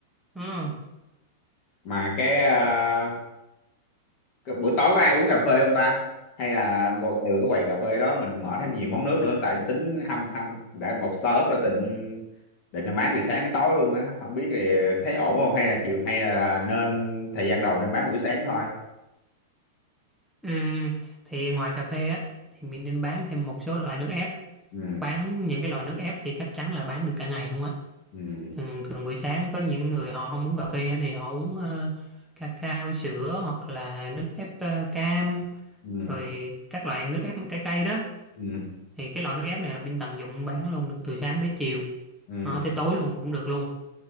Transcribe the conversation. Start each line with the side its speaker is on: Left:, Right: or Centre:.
Centre: Ờ,
Left: mà cái ờ, Cái buổi tối có ai uống cà phê không ta hay là gọi từ cái quầy cà phê đó mình mở thêm nhiều món nước nữa tại tính hâm hâm đã một startup rồi định định bán từ sáng đến tối luôn á không biết thì thấy ổn không hay là chịu hay là nên thời gian đầu nên bán buổi sáng thôi
Centre: ừ, thì ngoài cà phê á thì mình nên bán thêm một số loại nước ép
Left: ừ
Centre: bán những cái loại nước ép thì chắc chắn là bán được cả ngày luôn á
Left: ừ
Centre: thường thường buổi sáng có những người họ không uống cà phê thì họ uống ờ, cacao sữa hoặc là nước ép ờ, cam
Left: ừ
Centre: rồi các loại nước ép mà trái cây đó
Left: ừ
Centre: thì cái loại nước ép này là bên tận dụng bán luôn được từ sáng tới chiều
Left: ừ,
Centre: Ờ, tới tối luôn cũng được luôn